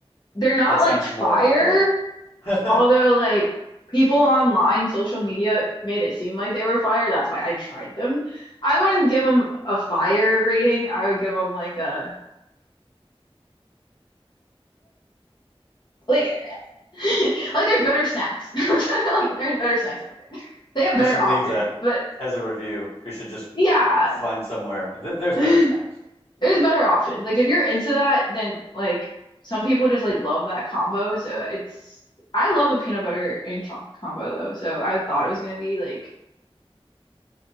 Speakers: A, on the left; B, on the left.
A: They're not
B: that sounds
A: like fire
B: more and more like <laughs> you
A: Although, like, people online, social media made it seem like they were fire. That's why I tried them. I wouldn't give them a fire rating. I would give them like a like <laughs> like there's better snacks. <laughs> I'm trying to, Like there's better snacks out there. They have better
B: should leave
A: options.
B: that
A: But
B: as a review. You should just
A: yeah,
B: find somewhere. Th
A: <laughs>
B: there's
A: there's
B: better snacks.
A: better options. Like if you're into that, then like some people just like love that combo. So it's I love a peanut butter and chocolate combo though. So I thought it was gonna be like,